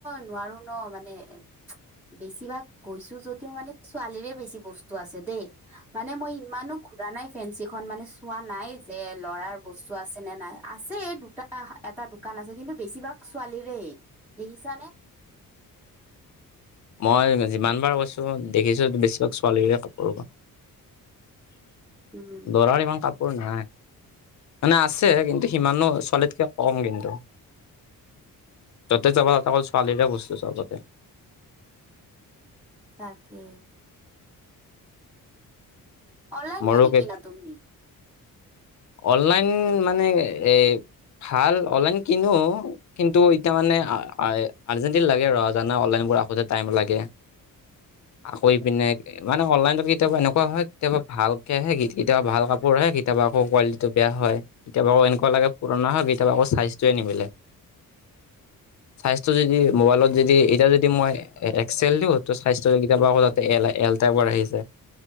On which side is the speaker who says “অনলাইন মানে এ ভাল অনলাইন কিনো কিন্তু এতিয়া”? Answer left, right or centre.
Left